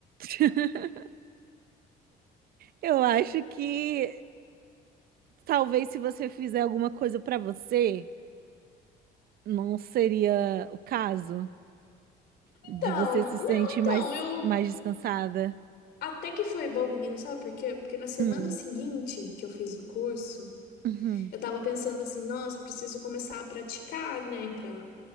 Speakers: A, on the right; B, on the left.
A: <laughs> Eu acho que talvez se você fizer alguma coisa pra você, não seria o caso de
B: Então,
A: você se
B: não,
A: sentir
B: então,
A: mais,
B: eu
A: mais descansada.
B: até que foi bom, menina, sabe por quê? Porque na semana
A: Hum,
B: seguinte que eu fiz o curso,
A: uhum,
B: eu tava pensando assim, nossa, eu preciso começar a praticar, né? Pra,